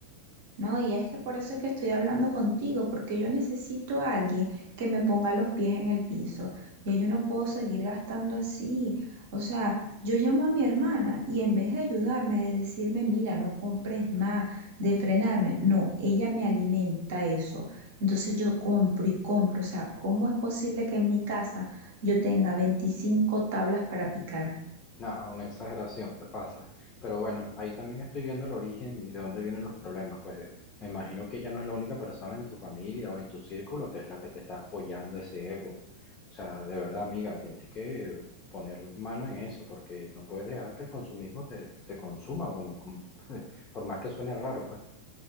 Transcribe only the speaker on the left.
no una exageración, te pasa. Pero bueno, ahí también estoy viendo el origen y de dónde vienen los problemas. Pues de- me imagino que ya no es la única persona en tu familia o en tu círculo que es la que te está apoyando ese ego. O sea, de verdad, amiga, tienes que poner mano en eso porque no puedes dejar que el consumismo te, te consuma, como, como, <laughs> por más que suene raro, pues,